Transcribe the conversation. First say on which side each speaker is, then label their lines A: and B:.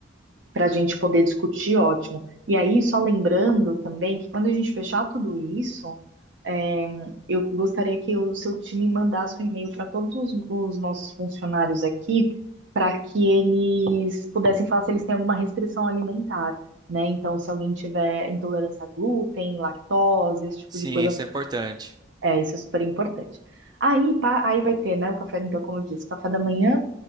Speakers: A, on the right; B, on the right.
A: para a gente poder discutir, ótimo. E aí, só lembrando também que quando a gente fechar tudo isso, é, eu gostaria que o seu time mandasse um e-mail para todos os, os nossos funcionários aqui, para que eles pudessem falar se eles têm alguma restrição alimentar, né? Então, se alguém tiver intolerância a glúten, lactose, esse tipo
B: Sim,
A: de coisa,
B: isso é importante.
A: é, isso é super importante. Aí, pá, aí vai ter, né, o café, então, como eu disse, café da manhã,